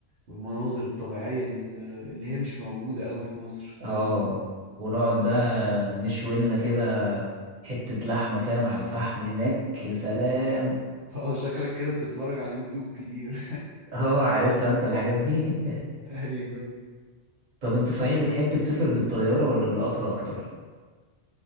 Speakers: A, on the right; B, on the right.
A: والمناظر الطبيعيه اللي اللي هي مش موجوده قوي في مصر
B: اه
A: فاهم قصدي
B: ونقعد بقى نشوي لنا كده حتة لحمة فاهم على الفحم هناك يا سلام
A: <laughs> اه شكلك كده بتتفرج على يوتيوب كتير
B: <laughs> اه عارفها انت الحاجات دي
A: <laughs> ايوه ايوه
B: <laughs> طب انت صحيح بتحب تسافر بالطيارة ولا بالقطر اكتر